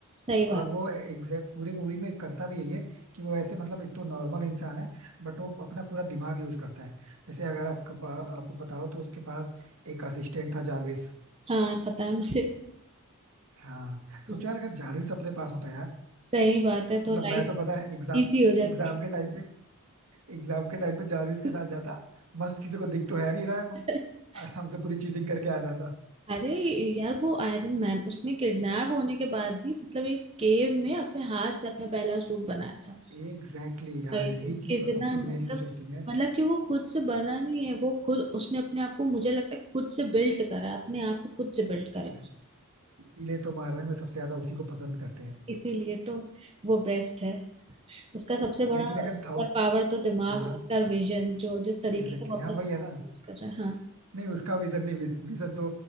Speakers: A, on the right; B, on the right.
A: सही बात
B: और वो एग्जैक्ट पूरी मूवी में करता भी यही है कि वो ऐसे मतलब एक तो नॉर्मल इंसान है बट वो अपना पूरा दिमाग यूज करता है जैसे अगर आपको पा, आपको पता हो तो उसके पास एक असिस्टेंट था जारविस
A: हाँ पता है मुझे
B: हाँ
A: हाँ,
B: सोचो यार अगर जारविस अपने पास होता यार
A: सही बात है
B: मतलब
A: तो लाइफ
B: मैं तो पता है एग्जाम
A: इजी हो जाती
B: एग्जाम के टाइम पे एग्जाम के टाइम पे जारविस के
A: है
B: साथ जाता मस्त किसी को दिख तो है नहीं रहा है वो
A: <laughs>
B: आराम से पूरी चीटिंग करके आ जाता
A: अरे यार वो आयरन मैन उसने किडनैप होने के बाद भी मतलब एक केव में अपने हाथ से अपना पहला सूट बनाया था
B: एग्जैक्टली exactly, हाँ
A: भाई,
B: यही चीज
A: कितना
B: तो सबसे
A: मतलब
B: मेन इंटरेस्टिंग है
A: मतलब कि वो खुद से बना नहीं है वो खुद उसने अपने आप को मुझे लगता है खुद से बिल्ड करा अपने आप को खुद से बिल्ड करा
B: Ex- इसीलिए तो मार्वल में सबसे ज्यादा उसी को पसंद करते हैं
A: इसीलिए तो वो बेस्ट है उसका सबसे बड़ा
B: लेकिन अगर
A: सुपर
B: थॉर
A: पावर तो दिमाग
B: हाँ
A: उसका विजन जो जिस तरीके
B: एग्जैक्टली
A: से वो
B: exactly,
A: अपना
B: हाँ
A: दिमाग
B: वही है ना
A: यूज कर रहा है हाँ
B: नहीं उसका विजन नहीं विजन तो